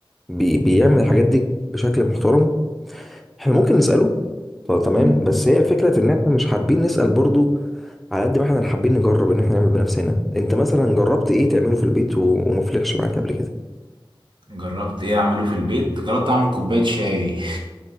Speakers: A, in the centre; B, on the right.
A: بي بيعمل الحاجات دي بشكل محترم إحنا ممكن نسأله طب تمام
B: مم.
A: بس هي الفكرة في إن إحنا مش حابين نسأل برضو على قد ما إحنا حابين نجرب إن إحنا نعمل بنفسنا أنت مثلا جربت إيه تعمله في البيت و- وما فلحش معاك قبل كده
B: جربت ايه اعمله في البيت جربت اعمل كوبايه شاي